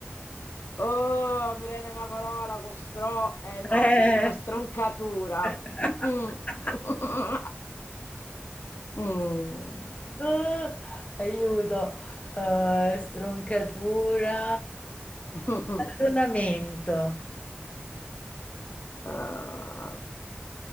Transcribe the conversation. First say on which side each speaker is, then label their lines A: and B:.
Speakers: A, on the left; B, on the left.
A: Oh, mi viene una parola con stro... Eh no,
B: Eh.
A: ti dico stroncatura.
B: <laughs>
A: <laughs> Mm.
B: Ah, aiuto, Eh, stroncatura,
A: <laughs>
B: ragionamento,
A: Eh,